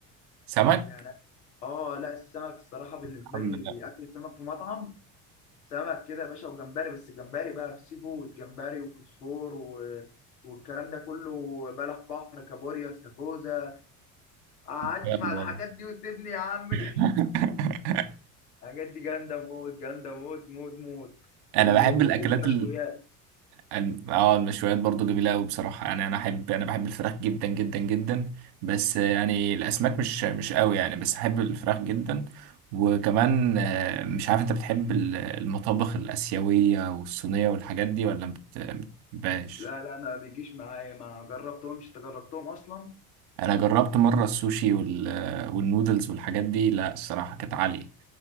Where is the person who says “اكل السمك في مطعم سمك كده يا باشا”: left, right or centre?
Left